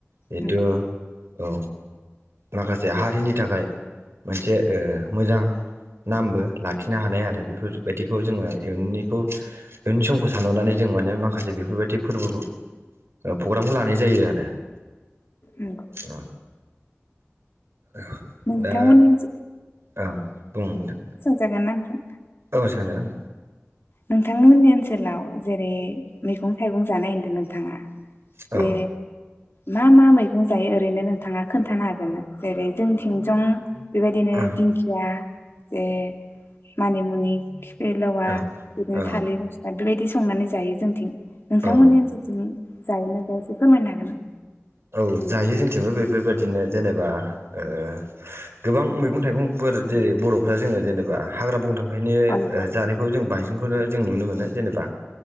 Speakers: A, on the right; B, on the left.
A: एथ'
B: नंगौ
A: औ माखासे हारिनि थाखाय मोनसे ओ मोजां नामबो लाखिनो हानाय आरो बेफोरबायदिखौ जोङो इयुननिखौ इयुननि समखौ सानहरनानै जों माने माखासे बेफोरबायदि फोरबो प्रग्रामखौ लानाय जायो आरो आरोे
B: नंगौ
A: औ <inaudible>
B: नोंथांमोननि
A: दा
B: ओनसोलाव
A: ओं बुंनो नों
B: सोंजागोन ना नोंथां?
A: औ सोंजागोन
B: नोंथांनिमोननि ओनसोलाव जेरै मैगं थाइगं जानाय नोंथाङा
A: औ
B: बे मा मा मैगं जायो ओरैनो नोंथाङा खोन्थानो हागोन ना जेरै जोंथिं जं बेबायदिनो
A: औ
B: दिंखिया जे मानिमुनि खिफ खिफिलेवा
A: औ
B: बि
A: औ
B: थालि फसला बेबायदि संनानै जायो जोंथिं नोंथांमोननि
A: औ
B: ओनसोलथिं जायो ना जाया जे फोरमायनो हागोन ना?
A: औ जायो जोंथिंबो बेफोरबायदिनो जेनेबा ओ गोबां मैगं थाइगंफोर जेरै बर'फ्रा जोङो जेनेबा हाग्रा बंग्रा ओंखायनो
B: अ नंगौ
A: ओ जानायखौ जों बांसिन बेखौनो जों नुनो मोनो जेनेबा